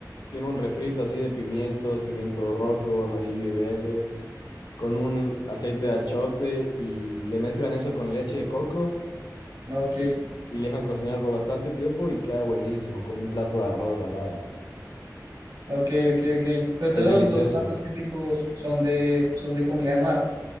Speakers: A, on the left; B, on the right.
A: tiene un refrito así de pimientos, pimiento rojo, amarillo y verde, con un aceite de achote y le mezclan eso con leche de coco
B: Ok,
A: y, y le dejan cocinar por bastante tiempo y queda buenísimo con un plato de arroz al lado.
B: ok, ok, ok. Pues entonces
A: Es delicioso.
B: los, los platos típicos son de, son de comida de mar.